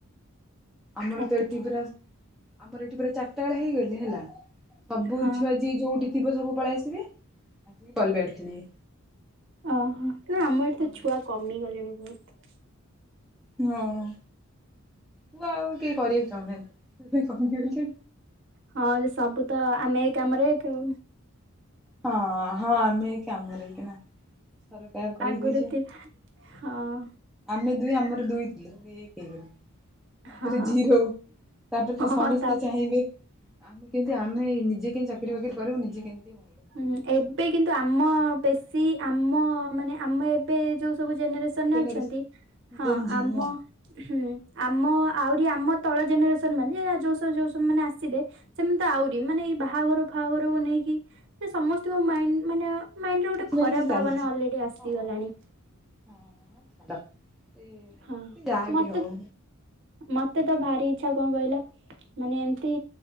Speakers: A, in the centre; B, on the right.
A: ଆମର
B: ଏତିକି
A: ତ ଏଠି ପୁରା ଆମର ଏଠି ପୁରା ଚାରଟା ବେଳ ହେଇଗଲେ ହେଲା ସବୁ
B: ହଁ
A: ଛୁଆ ଯିଏ ଯୋଉଠି ଥିବ ସବୁ ପଳେଇ ଆସିବେ ଆସିକି ବଲ୍ ବ୍ୟାଟ୍ ଖେଳିବେ।
B: ଅହ ନା ଆମ ଏତେ
A: ହଁ
B: ଛୁଆ କମିଗଲେଣି ବହୁତ୍।
A: ହଁ ହଁ ଛୁଆ ଆଉ କିଏ କରିବାକୁ ଚାହୁଁନାହାନ୍ତି ସେଥିପାଇଁ କମିଗଲେ
B: ହଁ ଯେ ସବୁ ତ ଆମେ ଏଇ କାମରେ କୋ
A: ହଁ ହଁ ଆମେ ଏଇ କାମରେ ହେଇକି ନା ସାର୍ କହିବେ
B: ଆଗରୁ
A: ଯେ
B: ଥିଲା ହଁ
A: ଆମେ ଦୁଇ ଆମର ଦୁଇ ଥିଲୁ ଏବେ ଏକ୍ ହେଇଗଲୁ। ତାପରେ
B: ହଁ
A: ଜିରୋ ତାପରେ ତ ସମସ୍ତେ
B: ହଁ ତାପରେ
A: ଚାହିଁବେ ଆମେ କେମତି ଆମେ ନିଜେ କେମ ଚାକିରି ବାକିରି କରିବୁ ନିଜେ କେମତି
B: ହୁଁ ଏବେ କିନ୍ତୁ ଆମ ବେଶୀ ଆମ ମାନେ ଆମ ଏବେ ଯୋଉ ସବୁ ଜେନେରେସନ୍ ସନ୍ ରେ
A: ଜେନେରେସନ
B: ଅଛନ୍ତି ହଁ
A: ଗେଞ୍ଜି
B: ଆମ
A: ହଁ
B: ହୁଁ ଆମ ଆହୁରି ଆମ ତଳ ଜେନେରେସନ୍ ମାନେ ଯୋଉ ସବୁ ଯୋଉ ଯୋଉ ସବୁ ମାନେ ଆସିବେ ସେମନେ ତ ଆହୁରି ମାନେ ଏଇ ବାହାଘର ଫାହାଘରକୁ ନେଇକି ସମସ୍ତଙ୍କ ମାଇଣ୍ଡ୍ ମାନେ ମାଇଣ୍ଡ୍ ରେ
A: କିଛି
B: ଗୋଟେ ଖରାପ
A: ନା କିଛି
B: ଭାବନା
A: ଚାଲିଛି।
B: ଅଲରେଡି ଆସିଗଲାଣି।
A: ହଁ ହଁ ହଁ ଛାଡ଼ ସେ ସେ
B: ହଁ
A: ଯାହାବି
B: ମତେ
A: ହଉ।
B: ମତେ ତ ଭାରି ଇଛା କଣ କହିଲ ମାନେ ଏମତି